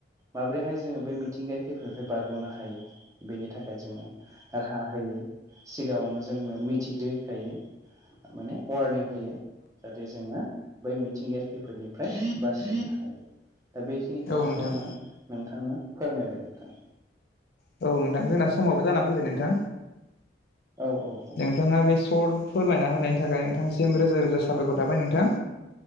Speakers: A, on the right; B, on the left.
A: माब्रैहाय जोङो बे मिथिंगायारि खैफोदनिफ्राय बारग'नो हायो बेनि थाखाय जोंनो राहा होयो सिगाङावनो जोंनो मिथिग्रोहोखायो माने वारनिं होयो जाहाथे जोङो बै मिथिंगायारि खैफोदनिफ्राय बासायनो हायो। दा बेखिनि खोथाखौ
B: औ नोंथां
A: आङो नोंथांनो फोरमायबाय नोंथा।
B: औ नोंथां जोंना समावबो जाना फैबाय नोंथां
A: औ औ औ
B: नोंथाङा बे सर्ट फोरमायना होनायनि थाखाय नोंथांसिम रोजा रोजा साबायखर थाबाय नोंथां।